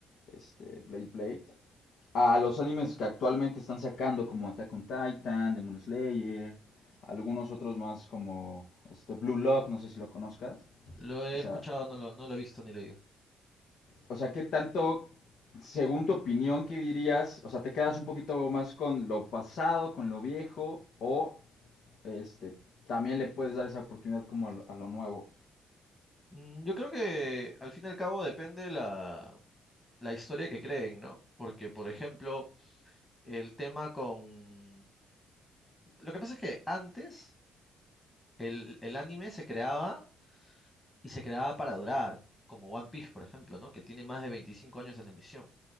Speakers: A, on the left; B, on the left.
A: este, Blade Blade. A los animes que actualmente están sacando, como Attack on Titan, Demon Slayer, algunos otros más como este Blue Lock, no sé si lo conozcas.
B: Lo he
A: Esa,
B: escuchado, no lo, no lo he visto ni leído.
A: o sea, ¿qué tanto, según tu opinión, qué dirías? O sea, ¿te quedas un poquito más con lo pasado, con lo viejo, o este, también le puedes dar esa oportunidad como a lo, a lo nuevo?
B: Mm, Yo creo que al fin y al cabo depende la, la historia que creen, ¿no? Porque, por ejemplo, el tema con... Lo que pasa es que antes el, el anime se creaba y se creaba para durar, como One Piece, por ejemplo, ¿no? Que tiene más de 25 años en emisión.